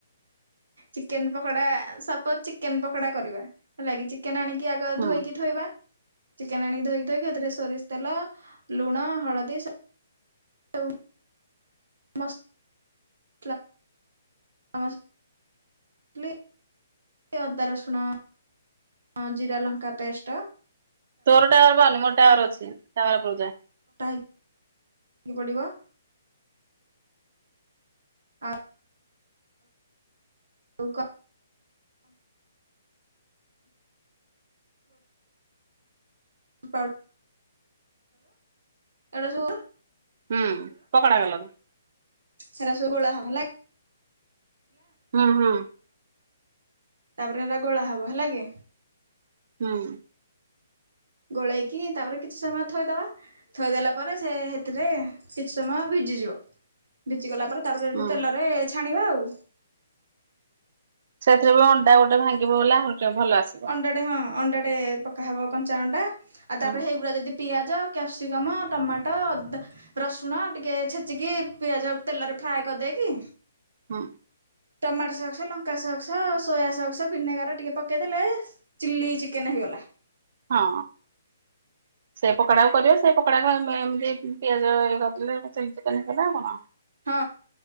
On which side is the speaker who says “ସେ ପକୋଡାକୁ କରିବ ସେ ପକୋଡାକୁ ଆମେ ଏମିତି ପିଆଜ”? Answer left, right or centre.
Right